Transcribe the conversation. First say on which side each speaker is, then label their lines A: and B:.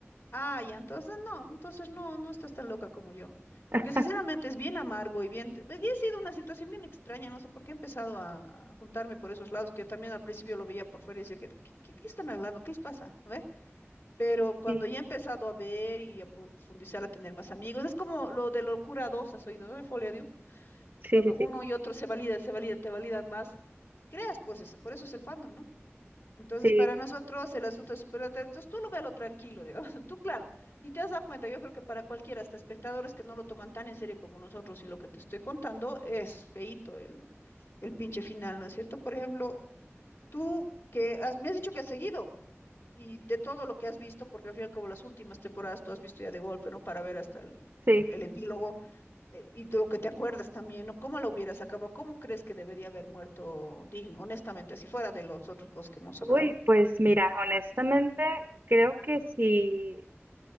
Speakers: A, on the left; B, on the right.
A: Ah, ya, entonces no, entonces no, no estás tan loca como yo. Porque
B: <laughs>
A: sinceramente es bien amargo y bien... pues, Y ha sido una situación bien extraña, no sé por qué he empezado a, a juntarme por esos lados, que yo también al principio lo veía por fuera y decía, ¿qué, qué, qué- qué están hablando? ¿Qué les pasa? ¿No ve? Pero cuando
B: Sí,
A: ya he empezado a ver y a profundizar, a tener más amigos, es como lo de locura dos, has oído, ¿no? De Folia Diu.
B: sí,
A: Cuando
B: sí,
A: uno
B: sí,
A: y otro se valida, se valida, te validan más, creas pues eso, por eso es el fandom, ¿no? Entonces,
B: sí,
A: para nosotros el asunto es súper atractivo. Entonces, tú lo véalo tranquilo, digamos. <laughs> Tú, claro. Y te has dado cuenta, yo creo que para cualquiera, hasta espectadores que no lo toman tan en serio como nosotros y lo que te estoy contando, es feíto el, el pinche final, ¿no es cierto? Por ejemplo, tú que has- me has dicho que has seguido y de todo lo que has visto, porque al final como las últimas temporadas tú has visto ya de golpe, ¿no? Para ver hasta el,
B: sí.
A: el epílogo eh, y de lo que te acuerdas también, ¿no? ¿Cómo lo hubieras acabado? ¿Cómo crees que debería haber muerto Dean, honestamente, si fuera de los otros cosas que hemos
B: Uy,
A: hablado?
B: pues mira, honestamente creo que si